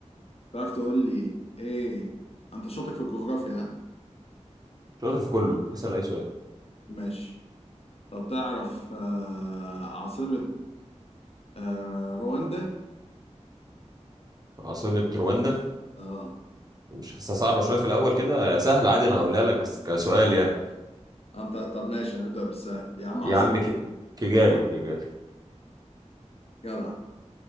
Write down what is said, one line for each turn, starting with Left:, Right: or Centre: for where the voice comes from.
Left: تعرف تقول لي ايه انت شاطر في الجغرافيا ها
Right: شاطر في كله اسال اي سؤال
Left: ماشي طب تعرف آه... عاصمه آه... رواندا
Right: عاصمة رواندا
Left: اه
Right: مش حاسسها صعبة شوية في الأول كده سهل عادي أنا هقولها لك بس كسؤال يعني
Left: انت طب ماشي هنبدا بالسهل يا عم
Right: يا
Left: عاصمه
Right: عم ك... كيجالي
Left: آه،
Right: كيجالي
Left: جدع